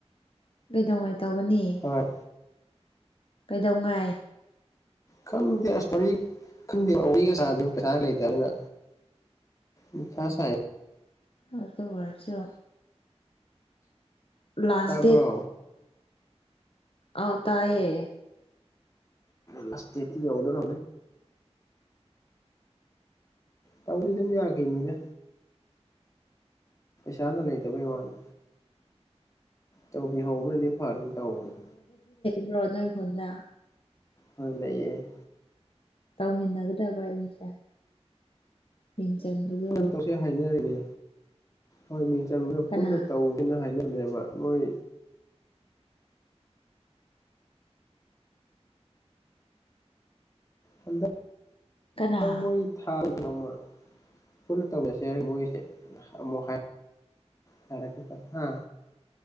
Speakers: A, on the left; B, on the left.
A: ꯀꯩꯗꯧꯉꯥꯏ ꯇꯧꯒꯅꯤ
B: ꯍꯣꯏ
A: ꯀꯩꯗꯧꯉꯥꯏ
B: ꯈꯪꯗꯦ ꯑꯁ ꯋꯥꯔꯤ ꯈꯪꯗꯦ ꯋꯥꯔꯤꯒ ꯁꯥꯅꯗꯧ ꯄꯩꯁꯥ ꯂꯩꯇꯕꯅꯤꯅ ꯃꯊꯥ ꯁꯥꯏ
A: ꯑꯗꯨ ꯑꯣꯢꯔꯁꯨ ꯂꯥꯁ
B: ꯇꯥꯕ꯭ꯔꯣ
A: ꯗꯦꯠ ꯑꯥꯎ ꯇꯥꯏꯌꯦ
B: ꯂꯥꯁ ꯗꯦꯇꯤ ꯌꯥꯎꯗꯣꯔꯦ ꯇꯧꯗꯤ
A: ꯎꯝ
B: ꯑꯗꯨꯝ ꯌꯥꯈꯤꯅꯤꯗ ꯄꯩꯁꯥꯅ ꯂꯩꯇꯕꯩ ꯋꯥꯅꯤ ꯇꯧꯕꯤꯍꯧꯕꯗꯤ ꯐꯔꯦꯅ ꯇꯧꯕꯅꯤ
A: ꯕ꯭ꯔꯣ ꯅꯣꯢ ꯈꯨꯟꯗ
B: ꯍꯣꯢ ꯂꯩꯌꯦ
A: ꯇꯧꯃꯤꯟꯅ ꯒꯗꯕ ꯃꯤꯁꯦ ꯃꯤꯡ ꯆꯟꯕꯗꯣ
B: ꯄꯨꯟꯅ ꯇꯧꯁꯤ ꯍꯥꯏꯅꯔꯤꯅꯦ ꯍꯣꯏ ꯃꯤꯡ ꯆꯟꯕ
A: ꯀꯅꯥ
B: ꯄꯨꯟꯅ ꯇꯧꯁꯤꯅ ꯍꯥꯏꯅ ꯑꯗꯨꯅꯦꯕ ꯃꯣꯏ ꯍꯟꯗꯛ
A: ꯀꯅꯥ
B: ꯃꯣꯏ ꯊꯥ ꯅꯣꯡꯃ ꯄꯨꯟꯅ ꯇꯧꯃꯤꯅꯁꯦ ꯍꯥꯏꯔ ꯃꯣꯏꯁꯦ ꯑꯃꯨꯛ ꯍꯥꯏꯔ ꯍꯥ